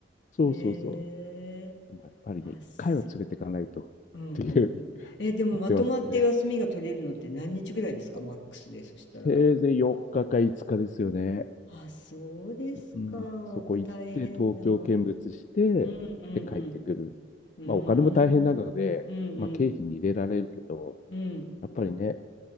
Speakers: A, on the left (about 45°); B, on the left (about 80°).
A: そうそうそ
B: へえ。
A: う。やっぱりね、
B: あ、
A: 一回は連れてかないとっ
B: そう。うんうんうん。
A: ていう
B: え、でもまとまって休みが取れるのって何日ぐらいですかマックスで、
A: 言ってますね。
B: そしたら。
A: せいぜい4日か5日ですよね。
B: あ、そうですか。
A: うん、
B: やっぱ大変だわ。
A: そこ行って、東京見物して、
B: うんうん
A: で、帰ってくる。
B: うん。うー
A: まあ、お金も大変なので、
B: ん。うんうん。
A: まあ、経費に入れられるけど、
B: うん。
A: やっぱりね、